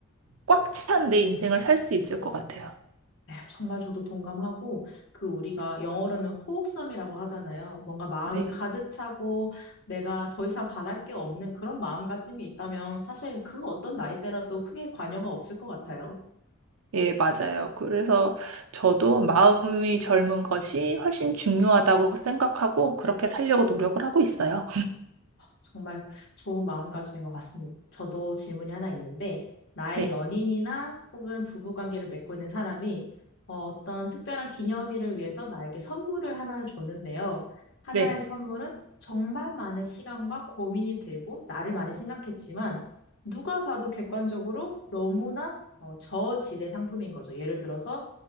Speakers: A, on the right (about 75°); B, on the left (about 60°).
A: 꽉 찬 내 인생을 살 수 있을 것 같아요.
B: 네, 정말 저도 동감하고 그 우리가 영어로는 호흡섬이라고 하잖아요. 뭔가 마음이
A: 네.
B: 가득 차고 내가 더 이상 바랄 게 없는 그런 마음가짐이 있다면 사실 그 어떤 나이대라도 크게 관여가 없을 것 같아요.
A: 예, 맞아요. 그래서 저도 마음이 젊은 것이 훨씬 중요하다고 생각하고 그렇게 살려고 노력을 하고 있어요.
B: 정말 좋은 마음가짐인 것 같습니다. 저도 질문이 하나 있는데, 나의
A: 네.
B: 연인이나 혹은 부부관계를 맺고 있는 사람이 어, 어떤 특별한 기념일을 위해서 나에게 선물을 하나를 줬는데요. 하나의
A: 네.
B: 선물은 정말 많은 시간과 고민이 들고 나를 많이 생각했지만, 누가 봐도 객관적으로 너무나 어, 저질의 상품인 거죠. 예를 들어서,